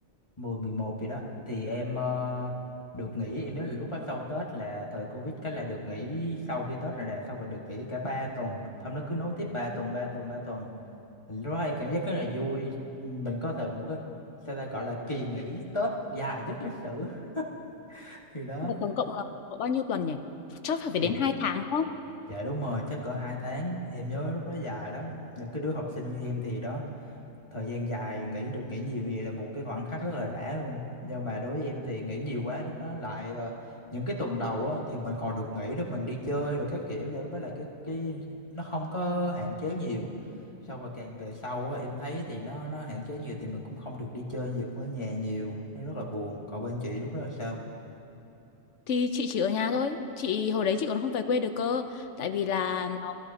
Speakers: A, on the left (about 20°); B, on the left (about 65°).
A: mười mười một gì đó thì em ờ, được nghỉ em nhớ là lúc đó sau Tết là thời Covid cái là được nghỉ sau khi Tết rồi nè xong rồi được nghỉ cả 3 tuần xong nó cứ nối tiếp 3 tuần 3 tuần 3 tuần Thì lúc đó em cảm giác rất là vui mình có thể một cái sao ta gọi là kỳ nghỉ Tết dài nhất lịch sử <laughs> thì đó
B: Là tổng cộng là độ bao nhiêu tuần nhỉ chắc phải phải
A: thì
B: đến hai tháng đúng không
A: dạ đúng rồi chắc cỡ 2 tháng em nhớ lúc đó dài lắm những cái đứa học sinh như em thì đó thời gian dài nghỉ được nghỉ nhiều vậy là một cái khoảnh khắc rất là đã luôn nhưng mà đối với em thì nghỉ nhiều quá lúc đó lại ờ, những cái tuần đầu á thì mình còn được nghỉ để mình đi chơi rồi các kiểu vậy với lại cái cái nó không có hạn chế nhiều sau và càng về sau á em thấy thì nó nó hạn chế nhiều thì mình cũng không được đi chơi nhiều với nhà nhiều nó rất là buồn còn bên chị lúc đó là sao
B: thì chị chỉ ở nhà thôi chị hồi đấy chị còn không về quê được cơ tại vì là nó